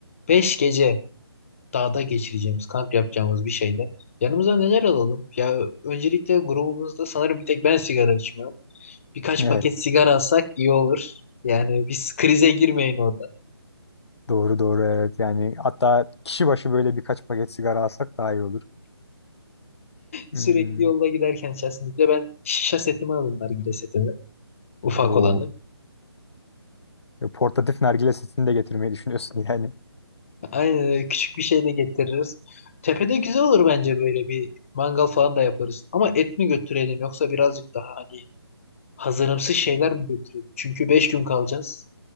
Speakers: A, on the left; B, on the left.
A: Beş gece dağda geçireceğimiz, kamp yapacağımız bir şeyde yanımıza neler alalım? Ya öncelikle grubumuzda sanırım bir tek ben sigara içmiyorum. Birkaç
B: Evet
A: paket sigara alsak iyi olur. Yani biz krize girmeyin orada.
B: doğru doğru evet yani hatta kişi başı böyle birkaç paket sigara alsak daha iyi olur. Hmm.
A: Sürekli yolda giderken içerisinde bir de ben şişe setimi alırım nargile setimi. Ufak
B: Doğru.
A: olanı.
B: E, Portatif nargile setini de getirmeyi düşünüyorsun <laughs> yani.
A: Aynen öyle küçük bir şey de getiririz. Tepede güzel olur bence böyle bir mangal falan da yaparız. Ama et mi götürelim yoksa birazcık daha hani hazırımsız şeyler mi götürelim? Çünkü 5 gün kalacağız.